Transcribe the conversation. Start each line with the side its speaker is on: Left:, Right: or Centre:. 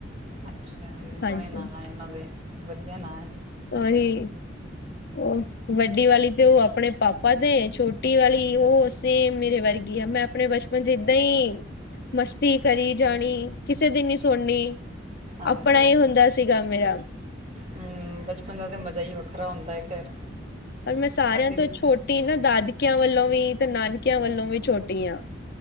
Right: ਅੱਛਾ ਇੰਨੇ
Left: ਹਾਂਜੀ
Right: ਸੋਹਣੇ ਨਾਂ ਐ ਇਹਨਾਂ ਦੇ, ਵਧੀਆ ਨਾਂ ਐ।
Left: ਉਹੀ ਉਹ, ਵੱਡੀ ਵਾਲੀ ਤੇ ਉਹ ਆਪਣੇ। ਪਾਪਾ ਤੇ ਆ ਛੋਟੀ ਵਾਲੀ ਉਹ ਸੇਮ ਮੇਰੇ ਵਰਗੀ ਆ ਮੈਂ ਆਪਣੇ ਬਚਪਨ ਚ ਏਦਾਂ ਈ। ਮਸਤੀ ਕਰੀ ਜਾਣੀ, ਕਿਸੇ ਦੀ ਨਹੀ ਸੁਣਨੀ।
Right: ਹਾਂਜੀ
Left: ਆਪਣਾ ਹੀ ਹੁੰਦਾ ਸੀਗਾ ਮੇਰਾ।
Right: ਹਮ, ਬਚਪਨ ਦਾ ਤਾਂ ਮਜ਼ਾ ਹੀ ਵੱਖਰਾ ਹੁੰਦਾ ਹੈ ਖੈਰ।
Left: ਪਰ ਮੈਂ ਸਾਰਿਆਂ
Right: ਅਸੀਂ
Left: ਤੋਂ
Right: ਵੀ
Left: ਛੋਟੀ ਨਾ ਦਾਦਕਿਆਂ ਵੱਲੋਂ ਵੀ ਤੇ ਨਾਨਕਿਆਂ ਵੱਲੋਂ ਵੀ ਛੋਟੀ ਹਾਂ।